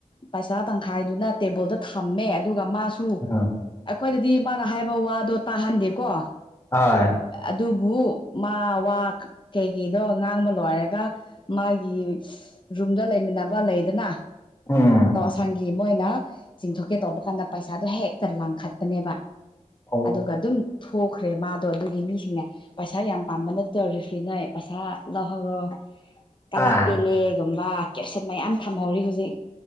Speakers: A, on the left; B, on the left.
A: ꯄꯩꯁꯥ ꯇꯪꯈꯥꯏꯗꯨꯅ ꯇꯦꯕꯜꯗ ꯊꯝꯃꯦ ꯑꯗꯨꯒ ꯃꯥꯁꯨ
B: ꯎꯝ
A: ꯑꯩꯈꯣꯏꯗꯗꯤ ꯃꯥꯅ ꯍꯥꯏꯕ ꯋꯥꯗꯣ ꯇꯥꯍꯟꯗꯦꯀꯣ
B: ꯍꯣꯏ
A: ꯑꯗꯨꯕꯨ ꯃꯥ ꯋꯥ ꯀꯩꯀꯩꯗꯣ ꯉꯥꯡꯕ ꯂꯣꯏꯔꯒ ꯃꯥꯒꯤ ꯔꯨꯝꯗ ꯂꯩꯃꯤꯟꯅꯕ ꯂꯩꯌꯦꯗꯅ
B: ꯑꯥ
A: ꯊꯥꯡꯒꯤ ꯃꯣꯏꯅ ꯆꯤꯡꯊꯣꯛꯀꯦ ꯇꯧꯕ ꯀꯥꯟꯗ ꯄꯩꯁꯥꯗꯣ ꯍꯦꯛꯇ ꯂꯥꯡꯈꯠꯄꯅꯦꯕ
B: ꯑꯣ
A: ꯑꯗꯨꯒ ꯑꯗꯨꯝ ꯊꯣꯛꯈ꯭ꯔꯦ ꯃꯥꯗꯣ ꯑꯗꯨꯒꯤ ꯃꯤꯁꯤꯡꯅꯦ ꯄꯩꯁꯥ ꯌꯥꯝ ꯄꯥꯝꯕ ꯅꯠ ꯇꯧꯔꯤꯁꯤ ꯅꯣꯏ ꯄꯩꯁꯥ ꯂꯧꯍꯧꯔꯣ ꯀꯂꯥꯛ
B: ꯑꯥ
A: ꯄꯦꯜꯂꯦꯒꯨꯝꯕ ꯀꯦꯞꯁꯦꯟ ꯃꯌꯥꯝ ꯊꯝꯍꯧꯔꯤ ꯍꯧꯖꯤꯛ